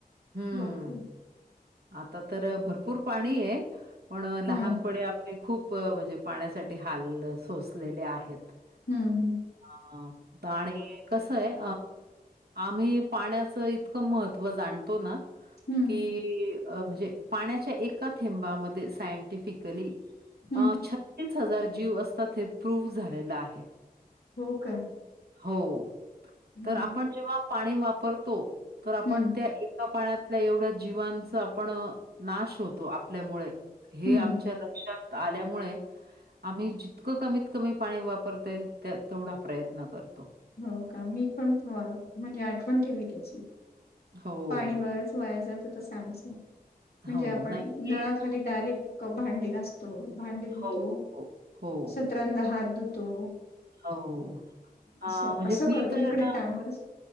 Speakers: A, on the right; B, on the left.
A: हं.
B: बापरे.
A: आता तर भरपूर पाणी आहे. पण लहानपणी
B: हम्म
A: आ मी खूप म्हणजे पाण्यासाठी हाल सोसलेले आहेत.
B: हम्म हम्म
A: हा आणि कसं आहे, आम्ही पाण्याचं इतकं महत्त्व जाणतो ना
B: हम्म
A: कि म्हणजे पाण्याच्या एका थेंबामध्ये सायंटिफि कली
B: हम्म
A: अ छत्तीस हजार जीव असतात, हे प्रूव झालेलं आहे.
B: हो का?
A: हो,
B: हं,
A: तर आपण जेव्हा पाणी वापरतो, तर आपण
B: हं,
A: त्या त्या पाण्यातल्या एवढ्या जीवांचं आपण नाश होतो आपल्यामुळे, हे
B: हं,
A: आमच्या
B: हं.
A: ल क्षात आल्यामुळे आम्ही जितकं कमीत कमी पाणी वापरता येईल, त्या तेवढा प्रयत्न कर
B: हो का? मी पण मग म्हणजे आठवण ठेवी त्याची.
A: हो,
B: पाणी बरच वाया जातं तसं आमचं, म्हणजे
A: हो.
B: आपण.
A: नाही
B: नळाखाली
A: हे
B: डायरेक्ट भांडी घासतो, भांडी धुतो
A: हो, हो, हो,
B: स त्रंदा हात धुतो.
A: हो. अ,
B: अस
A: म्हणजे
B: असं
A: मी
B: करतो
A: तर
B: इकडे
A: ना
B: टायमवरच